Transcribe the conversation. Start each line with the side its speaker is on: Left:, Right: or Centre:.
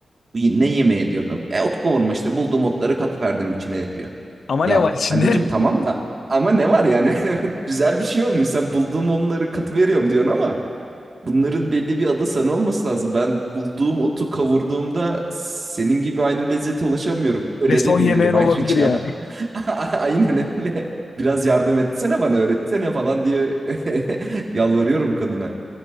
Right: "Bu y- Ne yemeği diyordum. E, ot kavurma işte bulduğum otları katıverdim içine diyor.
Left: Ama
Right: Ya
Left: ne var içinde?
Right: anneciğim tamam da ama ne var yani? <laughs> Güzel bir şey olmuş. Sen bulduğum onları katı veriyorum diyorsun ama bunların belli bir adı sana olması lazım. Ben bulduğum otu kavurduğumda senin gibi aynı lezzete ulaşamıyorum.
Left: <laughs>
Right: Öyle
Left: Ve son
Right: de bilirim
Left: yemeğin olabilir
Right: ayrıca.
Left: yani.
Right: <laughs> Aynen öyle. Biraz yardım etsene bana öğretsene falan diye <laughs> yalvarıyorum kadına.